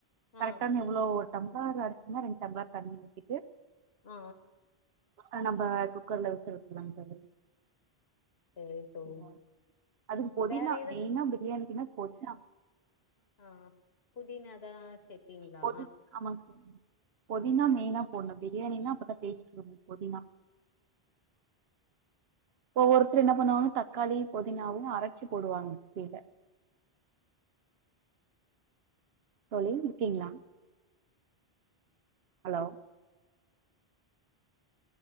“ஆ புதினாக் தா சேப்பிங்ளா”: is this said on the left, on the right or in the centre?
Left